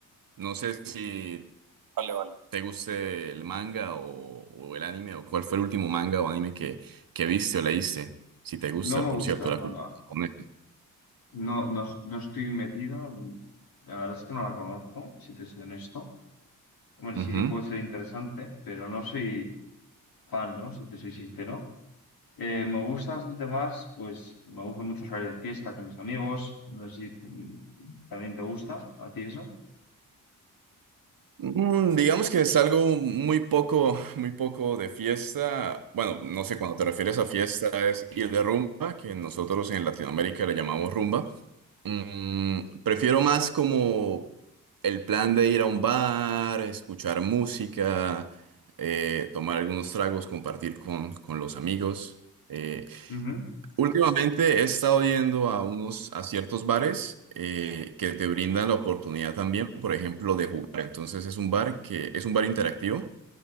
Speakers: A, on the right (about 70°); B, on the left (about 75°).
A: No sé si vale. vale. te guste el manga o, o el anime, o cuál fue el último manga o anime que, que viste o leíste. Si te gusta,
B: No me
A: por
B: gusta
A: cierto,
B: el
A: la cultura
B: manga.
A: japonesa.
B: No, no, no estoy metido. La verdad es que no la conozco, si te soy honesto. Hombre,
A: Ujú.
B: sí que puede ser interesante, pero no soy fan, ¿no? Si te soy sincero. Eh, me gusta bastante más, pues me gusta mucho salir de fiesta con mis amigos. No sé si t- también te gusta a ti eso.
A: Mm, digamos que es algo muy poco, muy poco de fiesta. Bueno, no sé, cuando te refieres a fiesta es ir de rumba, que nosotros en Latinoamérica le llamamos rumba. Mm, prefiero más como el plan de ir a un bar, escuchar música, eh, tomar algunos tragos, compartir con, con los amigos. Eh,
B: Ujú,
A: últimamente he estado yendo a unos, a ciertos bares eh, que te brindan la oportunidad también, por ejemplo, de jugar. Entonces es un bar que es un bar interactivo